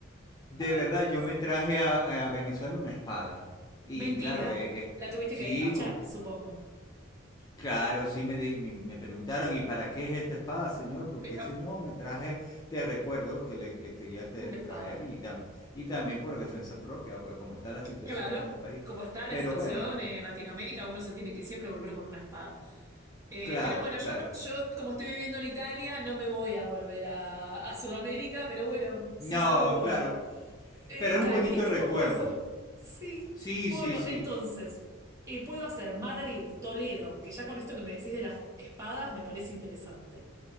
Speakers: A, on the left; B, on the right.
A: de
B: Ay,
A: verdad,
B: Dios.
A: yo me traje a, a Venezuela una espada. Y
B: Mentira.
A: claro, eh, eh,
B: La tuviste
A: sí,
B: que despachar,
A: com-
B: supongo.
A: claro, sí me, di- me- me preguntaron, ¿y para qué es esta espada, señor? Porque
B: Pero
A: ese no, me traje te recuerdo que le, le quería te-
B: una
A: traer
B: espada.
A: y, tam- y también por defensa propia, pues, como está la situación
B: Claro.
A: en el país.
B: Como está la
A: Pero
B: situación
A: bueno,
B: en Latinoamérica, uno se tiene que siempre volver con una espada. Eh,
A: claro,
B: pero bueno, yo,
A: claro.
B: no- yo como estoy viviendo en Italia, no me voy a volver a, a Sudamérica, pero bueno, si
A: No,
B: es algo
A: claro.
B: eh,
A: Pero es
B: característico
A: un bonito recuerdo.
B: puede ser. Sí.
A: Sí,
B: Bueno,
A: sí, sí.
B: entonces, eh, puedo hacer Madrid, Toledo, que ya con esto que me decís de las espadas me parece interesante.